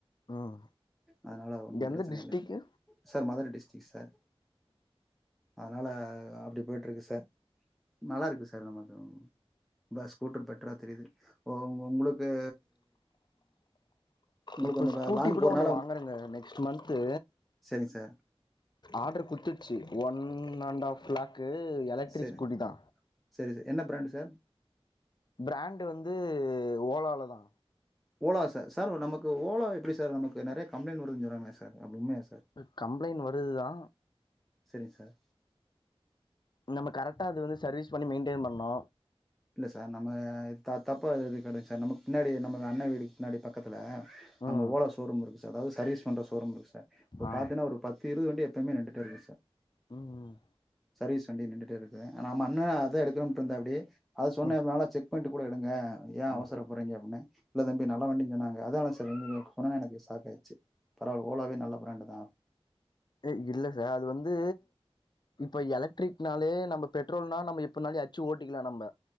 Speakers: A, on the left; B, in the centre.
A: ம்
B: அதனாலா ஒன்னு
A: எந்த
B: பிரச்சனை
A: டிஸ்ட்ரிக்கு
B: இல்ல சார் மதுரை டிஸ்டரிக் சார் அதனால அப்டி போயிட்ருக்கு ச ச நல்லாருக்கு சார் நமது ப ஸ்கூட்டர் பெட்டரா தெரியுது ஓ உங்களுக்கு உங்களுக்கு
A: இப்போ
B: அந்த
A: ஸ்கூட்டி
B: லாங்
A: கூட
B: போறனால
A: ஒன்னு வாங்குறேங்க நெக்ஸ்ட்டு மந்த்து
B: சரிங்க சார்
A: ஆடர் குடுத்துடுச்சு ஒன் அண்ட் ஆப் லாக் க்கு எலக்ட்ரிக்
B: சரி
A: ஸ்கூட்டி தா
B: சரி சார் என்ன பிராண்டு சார்
A: பிராண்டு் வந்து ஓலால தா
B: ஓலா சார் சார் நமக்கு ஓலா எப்டி சார் நமக்கு நெறைய கம்ப்ளைண்ட் வருதுன் சொல்றாங்களே சார் அது உண்மையா சார்
A: எ கம்ப்ளைண்ட் வருதுதா
B: சரிங்க சார்
A: நம்ம கரெக்டா அது வந்து சர்வீஸ் பண்ணி மெயின்டென் பண்ணு
B: இல்ல சார் நம்ம த தப்ப இது கடை சார் நமக்கு பின்னாடி நம அண்ண வீடுக்கு பின்னாடி பக்கத்துல
A: ம்
B: அங்க ஓலோ ஷோரூம் இருக்கு அதாவது சர்வீஸ் பண்ற சோரூம் இருக்கு சார் இப்ப
A: ஆ
B: பாத்தன்ன ஒரு பத்து இருவது வண்டி எப்பவுமே நிண்டு ட்டுருக்கு சார்
A: ம்
B: சர்வீஸ் வண்டி நின்றுட்டே இருக்கு நம்ம அண்ண அத எடுக்கணு இருந்தாப்டி அத சொன்னே
A: ம்
B: நல்லா செக் புக் பண்ட்டு கூட எடுங்க ஏ அவசர
A: ம்
B: பறீங்க அப்டின்னே இல்ல தம்பி நல்லா வண்டி சொன்னங்க அதனால சார் ஒடனே எனக்கு ஸ் பாத்தச்சு பரவல ஓலாவே நல்ல பிராண்டுதா
A: ஏ இல்ல சார் அது வந்து இப்ப எலக் எக்ட்ரிகனாலே நம்ம பெட்ரோல்ன்னா நா எப்போனாலு அச்சு ஓட்டிக்கலா நம்ம